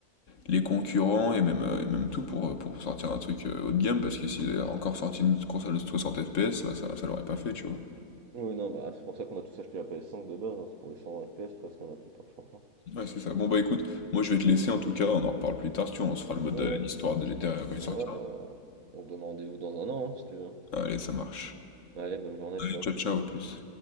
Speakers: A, on the left (about 55°); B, on the right (about 65°).
A: les concurrents et même, euh, et même tout pour, euh, pour sortir un truc euh, haut de gamme parce que s'ils avaient encore sorti une console de 60 FPS, bah, ça, ça l'aurait pas fait, tu vois.
B: Ouais, non, bah, c'est pour ça qu'on a tous acheté la PS5 de base, hein, c'est pour les 120 FPS presque, hein, la plupart, je pense. hein.
A: Ouais, c'est ça. Bon, bah écoute, moi je vais te laisser en tout cas, on en reparle plus tard, si tu veux, on se fera le mode
B: Ouais,
A: euh, histoire de GTA quand il sortira.
B: ouais, bah, on, on se donne rendez-vous dans un an, hein, si tu veux. hein.
A: Allez, ça marche.
B: Allez, bonne journée,
A: Allez,
B: ciao.
A: ciao, ciao, à plus.